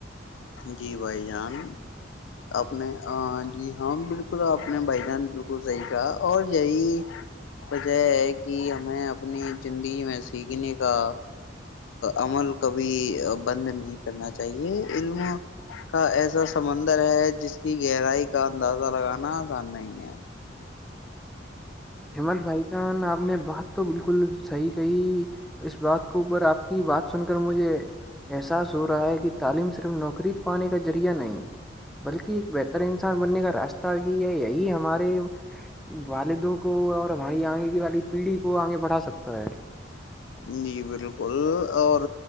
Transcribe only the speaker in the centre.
ہممت بھائی جان آپ نے بات تو بالکل صحیح کہی اس بات کے اوپر آپ کی بات سن کر مجھے احساس ہو رہا ہے کہ تعلیم صرف نوکری پانے کا ذریعہ نہیں بلکہ ایک بہتر انسان بننے کا راستہ بھی ہے یہی ہمارے والدوں کو اور ہماری آگے والی پیڑھی کو آگے بڑھا سکتا ہے